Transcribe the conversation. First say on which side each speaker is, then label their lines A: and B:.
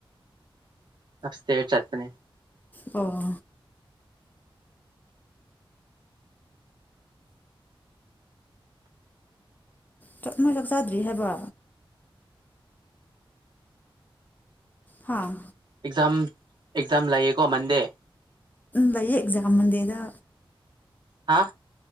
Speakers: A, on the right; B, on the left.
A: ꯑꯞ ꯏꯁꯇꯦꯔ ꯆꯠꯄꯅꯦ
B: ꯑꯣ ꯆꯞꯅꯣꯏ ꯆꯥꯛ ꯆꯥꯗ꯭ꯔꯤ ꯍꯥꯏꯕ ꯍꯥꯥ
A: ꯑꯦꯛꯖꯝ ꯑꯦꯛꯖꯥꯝ ꯂꯀ ꯃꯟꯗꯦ
B: ꯂꯌꯦ ꯑꯦꯛꯖꯥꯝ ꯃꯗꯦꯗ
A: ꯍꯥꯥ